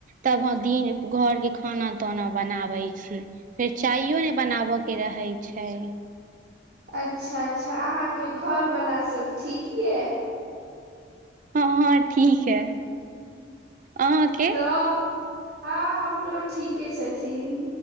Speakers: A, on the right (about 45°); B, on the right (about 60°).
A: तब हम दिन घरके खाना ताना बनाबै छी। फेर चाययो ने बनाब के रहै छैय।
B: अच्छा अच्छा अहाँके घरवला सब ठीक यऽ।
A: हँ हँ ठीक है। अहाँके
B: तऽ हँ हमरो ठीके छथिन।